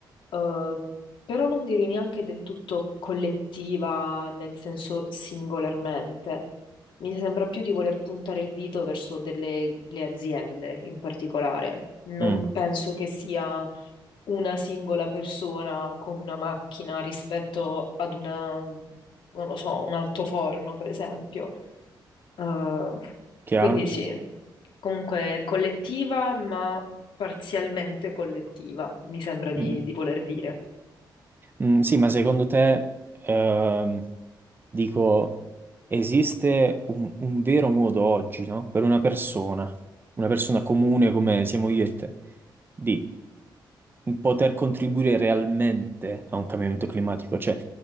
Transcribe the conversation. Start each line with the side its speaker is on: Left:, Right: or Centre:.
Left: Eh, però non direi neanche del tutto collettiva nel senso singolarmente. Mi sembra più di voler puntare il dito verso delle, le aziende in particolare. Non
Right: Mm,
Left: penso che sia una singola persona con una macchina rispetto ad una, non lo so, un altoforno, per esempio. Eh,
Right: chiaro?
Left: quindi sì, comunque collettiva, ma parzialmente collettiva, mi sembra di,
Right: Mm.
Left: di voler dire.
Right: Mm, sì, ma secondo te, ehm, dico, esiste un, un vero modo oggi, no? Per una persona, una persona comune come siamo io e te, di poter contribuire realmente a un cambiamento climatico? Cioè,